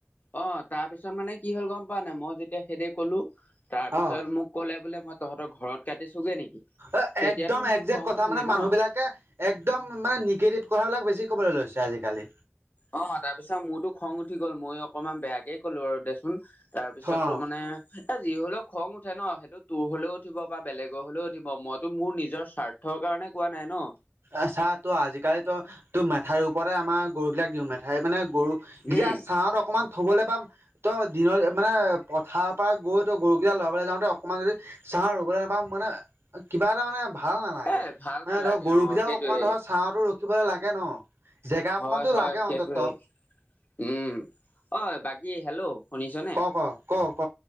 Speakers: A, on the left; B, on the right.
A: অ' তাৰ পিছত মানে কি হ'ল গ'ম পোৱা নাই মই যেতিয়া সেইদি ক'লো তাৰ পিছত
B: অ
A: মোক ক'লে বোলে মই। তহঁতৰ ঘৰত কাটি চোগে নেকি।
B: অ'
A: তেতিয়াতো
B: একদম
A: মোৰ
B: একজেক্ট
A: খং
B: কথা
A: উঠিলে
B: মানে মানুহ
A: ন
B: বিলাকে একদম মানে নিগেটিভ কথাবিলাক বেছি। ক'বলৈ লৈছে আজিকালি।
A: অ' তাৰপিছত মোৰতো খং উঠি গ'ল। মই অকমান বেয়াকে ক'লো আৰু দেচোন। তাৰ পিছত
B: অ
A: তো মানে এ যি হলেওক। খং উঠে ন, সেইটো তোৰ হ'লেও উঠিব। বা বেলেগৰ হ'লেও উঠিব, মইতো মোৰ নিজৰ স্বাৰ্থৰ কাৰণে কোৱা নাই ন।
B: আছাহ ত' আজিকালি তো তোৰ মেঠাইৰ ওপৰতে আমাৰ গৰু বিলাক দিওঁ মেঠাই মানে। গৰু যেতিয়া
A: উম
B: ছাঁত অকমান থ'বলৈ বা। তই দিনত মানে পথাৰ পৰা গৈ ত গৰু কেইটা লৰাবলৈ যাওঁতে অকনমান যদি চাৰহ ৰবলৈ। বা মানে কিবা এটা মানে। ভাল নালাগে
A: এ ভাল
B: মানে
A: নালাগে
B: ধৰ গৰুকেইটাও
A: অ সেইটোৱে
B: অকমান ধৰ ছাহতো ৰখিবলৈ লাগে ন। জেগা অকমানতো
A: হয়, হয়,
B: লাগে
A: সেইটোৱেই
B: অন্তত
A: উম, অ' বাকী হেল্ল'। শুনিছনে
B: ক, ক, ক, ক।